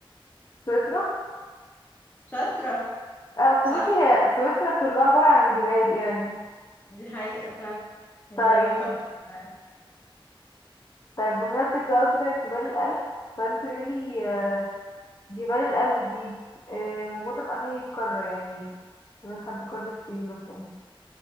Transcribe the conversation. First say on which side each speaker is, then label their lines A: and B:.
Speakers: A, on the left (about 40°); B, on the left (about 20°).
A: سويسرا
B: شاطرة
A: آه،
B: صح
A: أصل بصي هي سويسرا كلها عبارة عن جبال يعني
B: دي حقيقة فعلا هي
A: طيب
B: تحفة
A: طيب بمناسبة بقى كده جبال الألب فانت قوليلي آه، جبال الألب دي آه، موجودة في أنهي قارة يعني موجودة لحد قارة فين مثلا